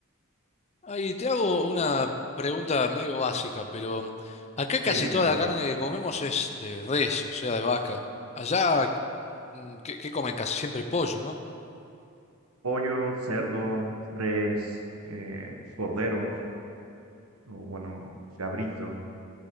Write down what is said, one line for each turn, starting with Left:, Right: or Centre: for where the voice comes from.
Left: Ahí te hago una pregunta medio básica, pero acá casi
Right: Sí, dime,
Left: toda
Right: dime.
Left: la carne que comemos es de res, o sea, de vaca. Allá, mm, ¿qué, qué comen? Casi siempre pollo, ¿no?
Right: Pollo, cerdo, res, eh, cordero, o bueno, cabrito.